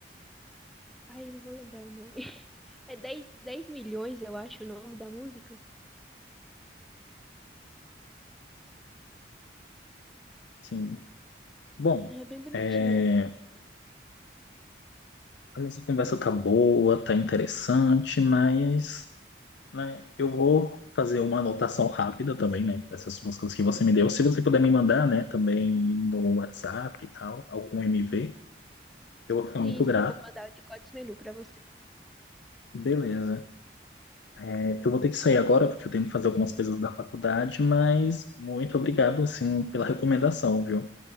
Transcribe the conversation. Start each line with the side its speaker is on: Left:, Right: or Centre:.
Centre: Ai, eu não vou lembrar o nome. <laughs> É dez, dez milhões, eu acho, o nome da música.
Left: Sim. Bom,
Centre: É bem bonitinha.
Left: é, a nossa conversa tá boa, tá interessante, mas né? Eu vou fazer uma anotação rápida também, né? Essas umas coisas que você me deu. Se você puder me mandar, né, também no WhatsApp e tal, algum MV, eu vou ficar
Centre: Sim,
Left: muito
Centre: sim,
Left: grato.
Centre: eu vou mandar o de Gods Menu pra você.
Left: Beleza. É, eu vou ter que sair agora porque eu tenho que fazer algumas coisas da faculdade, mas muito obrigado, assim, pela recomendação, viu?